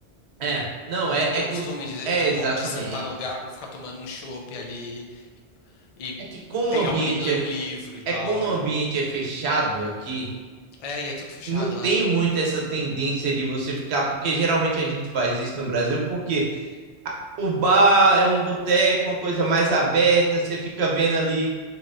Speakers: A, on the right (about 65°); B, on the left (about 55°).
A: é, não,
B: Elas
A: é,
B: não
A: é,
B: têm
A: cos-
B: o costume de,
A: é
B: de,
A: exatamente.
B: co- de sentar no lugar pra ficar tomando um chopp ali e
A: É que como
B: pegar
A: o ambiente
B: um, li- ler
A: aqui,
B: um livro e tal.
A: é como o ambiente
B: E...
A: é fechado aqui,
B: É, e é tudo fechado,
A: não
B: né?
A: tem muito essa tendência de você ficar, porque geralmente a gente faz isso no Brasil, porque o bar é um boteco, uma coisa mais aberta, você fica vendo ali